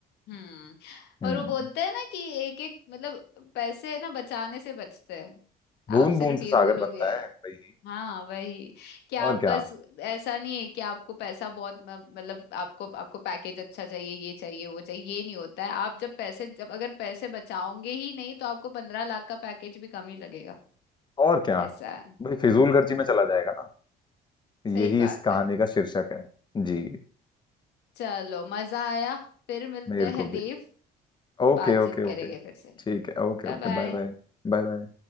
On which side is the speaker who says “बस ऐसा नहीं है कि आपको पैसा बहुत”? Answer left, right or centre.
Left